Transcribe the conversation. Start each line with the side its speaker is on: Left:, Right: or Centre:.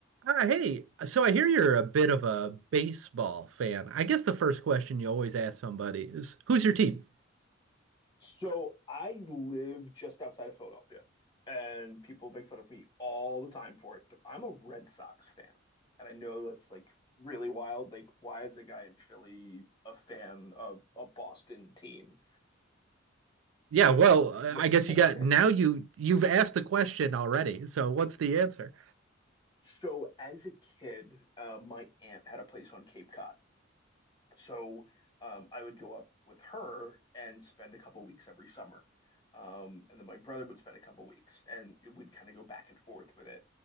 Right: Ah, hey, so I hear you're a bit of a baseball fan. I guess the first question you always ask somebody is, "Who's your team?"
Left: So I live just outside of Philadelphia, and people make fun of me all the time for it, but I'm a Red Sox fan. And I know that's like really wild. Like, why is a guy in Philly a fan of a Boston team?
Right: Yeah,
Left: Yeah.
Right: well, uh,
Left: Well,
Right: I guess you got now
Left: <laughs>
Right: you you've asked the question already. So what's the answer?
Left: So as a kid, uh, my aunt had a place on Cape Cod, So um, I would go up with her and spend a couple weeks every summer. Um, and then my brother would spend a couple weeks and we'd kind of go back and forth with it.